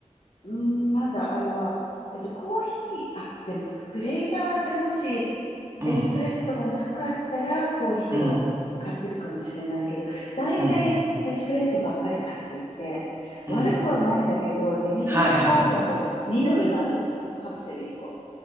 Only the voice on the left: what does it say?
んーなんだ、あれは、えっと、コーヒー、あ、でも、フレーバーでもし、
エスプレッソがなかったら、コーヒーは買ってるかもしれないけど、
だいたいエスプレッソばっかり買っていて、
悪くはないんだけど、
リミテッドバージョンとか2ドルなんですよ。
カプセル1個。